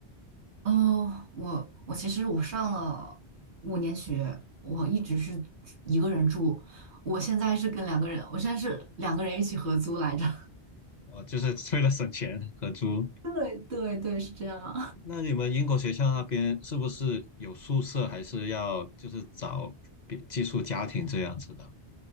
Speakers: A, on the right; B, on the left.
A: <laughs> 哦，我我其实我上了五年学，我一直是一个人住，我现在是跟两个人，我现在是两个人一起合租来着。
B: 哦，就是为了省钱合租。
A: <laughs> 对对，是这样。
B: 那你们英国学校那边是不是有宿舍，还是要就是找别寄宿家庭这样子的？